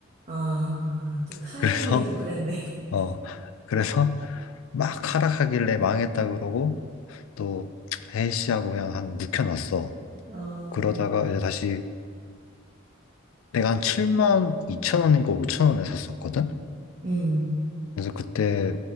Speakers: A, on the right; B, on the left.
A: 아, 또
B: <laughs>
A: 타이밍이
B: 그래서
A: 또 그랬네.
B: 어 그래서 막 하락하길래 망했다 그러고 또 A씨하고 그냥 한 묵혀놨어.
A: <laughs> 어,
B: 그러다가 이제 다시 내가 한 7만 2천 원인가 5천 원에 샀었거든.
A: 음,
B: 그래서 그때